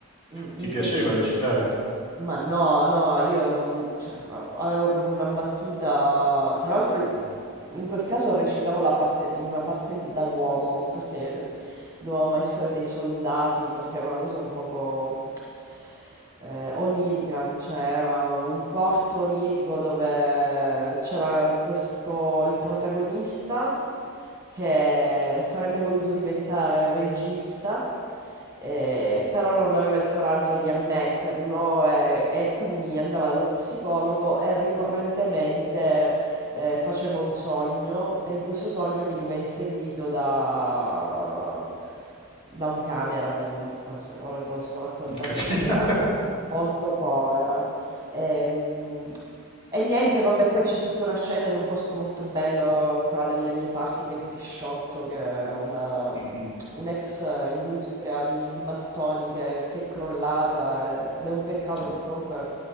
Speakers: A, on the right; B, on the left.
A: mi mi
B: ti piaceva
A: si è
B: recitare?
A: ma no, no, io non, cioè, avevo proprio una battuta. Tra l'altro, in,
B: Mm.
A: in quel caso recitavo la parte, in una parte di- da uomo, perché dovevamo essere dei soldati, perché era una cosa un poco eh, onirica, cioè era un corto onirico dove c'era questo, il protagonista che sarebbe voluto diventare regista, eh, però non aveva il coraggio di ammetterlo e, e quindi andava dallo psicologo e ricorrentemente eh, faceva un sogno e in questo sogno veniva inseguito da, da un cameraman. Eh, cioè, Ora te lo sto raccontando
B: Capito?
A: in maniera molto povera. Ehm, e niente, vabbè, poi c'è tutta una scena in un posto molto bello qua delle mie parti, che è il Pisciotto, che è una,
B: Mm.
A: un'ex industria di, di mattoni che, che è crollata. eh, Ed è un peccato
B: Mm.
A: perché comunque